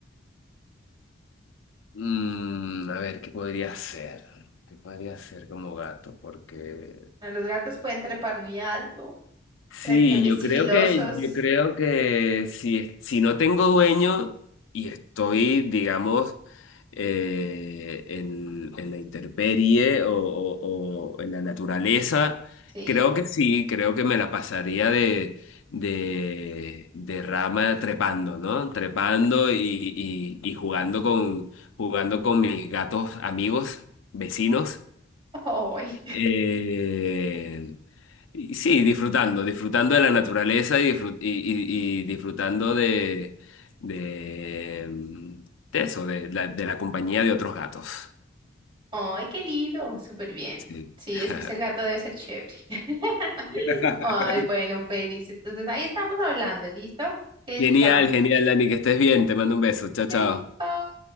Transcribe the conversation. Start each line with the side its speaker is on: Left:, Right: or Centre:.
Left: Mm, a ver, ¿qué podría ser? ¿Qué podría ser como gato? Porque
Right: Los gatos pueden trepar muy alto.
Left: Sí,
Right: Pueden ser muy
Left: yo
Right: sigilosos.
Left: creo que, yo creo que si, si no tengo dueño y estoy, digamos, eh, en, en la intemperie o, o- o en la naturaleza,
Right: Sí.
Left: creo que sí, creo que me la pasaría de, de, de rama trepando, ¿no? Trepando y, y- y jugando con, jugando con mis gatos amigos, vecinos.
Right: <laughs> ¡Ay!
Left: Eh, y sí, disfrutando, disfrutando de la naturaleza y, disfrut- y- y- y disfrutando de, de, mm, de eso, de la, de la compañía de otros gatos.
Right: ¡Ay, qué lindo! Súper bien.
Left: Sí.
Right: Sí,
Left: <laughs>
Right: es que ser gato debe ser chévere. <laughs>
Left: <laughs>
Right: Ay, bueno, Félix. Entonces ahí estamos hablando, ¿listo? Que descanses.
Left: Genial, genial, Dani, que estés bien. Te mando un beso. Chao,
Right: Sí,
Left: chao.
Right: bye.